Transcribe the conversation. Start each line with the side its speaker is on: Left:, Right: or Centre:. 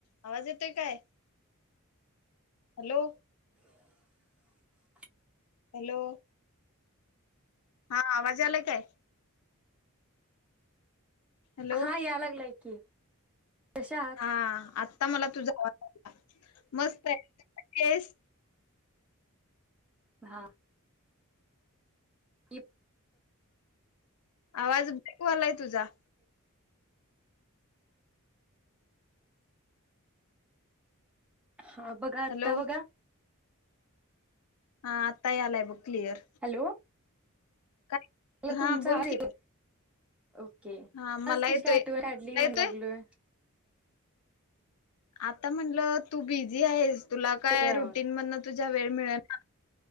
Left: आवाज येतोय काय? हॅलो
Centre: <inaudible>
Left: हॅलो हा आवाजयाय लाय काय? हॅलो
Centre: हा या लागलाय की. कशा आहात
Left: हा आता मला तुझा आवाज आला मस्तय तु कशीयस?
Centre: हा. ईप
Left: आवाज बकवालाय तुझा
Centre: हा बघा आत्ता
Left: हॅलो
Centre: बघा
Left: हा आत्तायालाय बघ. क्लिअर
Centre: हॅलो
Left: काय
Centre: मला
Left: हा
Centre: तुमचा
Left: बोल
Centre: आवाज येतोय.
Left: की
Centre: ओके,
Left: हा मला
Centre: आज
Left: येतोय
Centre: कशी आठ
Left: तुला
Centre: वकाडली म्हणा
Left: येतोय
Centre: लागलोय.
Left: आता म्हंलं तू बिझी हाईस तुला
Centre: येतोय
Left: काय
Centre: आवाज
Left: रुटीन मधून तुझ्या वेळ मिळना.